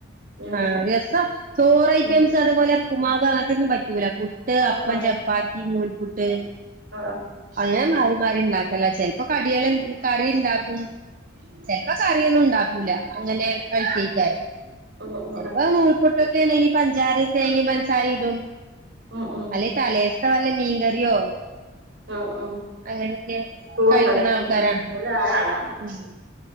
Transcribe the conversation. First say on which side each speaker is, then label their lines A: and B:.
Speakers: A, on the right; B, on the right.
A: ഉം
B: ആഹ് ദിവസം ചോറ് ഐറ്റംസ്
A: ഉം
B: അതുപോലെ ഉപ്പുമാവ് അതൊന്നും പറ്റൂല പുട്ട്
A: ആഹ്
B: അപ്പം
A: ആഹ്
B: ചപ്പാത്തി നൂൽ പുട്ട്
A: ആഹ്
B: അങ്ങനെ മാറി മാറി ഇണ്ടാക്കലാ ചെൽപ്പ കടികള് കറീണ്ടാക്കും ചെൽപ്പം കറിയൊന്നും ഉണ്ടാക്കൂല അങ്ങനെ കഴിക്ക്യെക്കെ
A: ഉം ഉം
B: ചെൽപ്പോ നൂൽപുട്ട് റ്റേണെങ്കി പഞ്ചാരേം തേങ്ങേം പൻസാരേം ഇടും
A: ഉം ഉം ഉം
B: അല്ലെ തലേസ് കാലേ മീൻ കറിയോ
A: ആഹ് ആഹ്
B: അങ്ങനൊക്കെ
A: ചോറുണ്ടവിടെ
B: കഴിക്കണ ആൾക്കാരാണ്
A: ഉം ഉം ഓല് ആറാളാ
B: ഉം